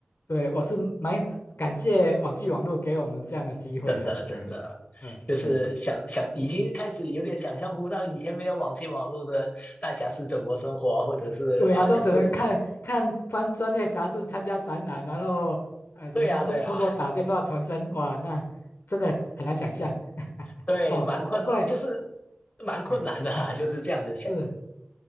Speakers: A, on the left (about 75°); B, on the left (about 35°).
A: 对，我是蛮感谢网际网络给我们这样的机会啦，
B: 真的真的，
A: 嗯嗯嗯，
B: 就是想想已经开始有点想象不到以前没有网际网络的大家是怎么生活啊，或者是呃，
A: 对啊，都只能看看翻专业杂志，
B: 就是
A: 参加展览，然后呃，只能通透过打电话传真，
B: 对呀、对呀、
A: 哇，那真的很难想象，<laughs>
B: 对，
A: 哦，
B: 蛮困，
A: 难怪。
B: 就是蛮困难的啊，
A: 嗯
B: 就是这样子想。
A: 是，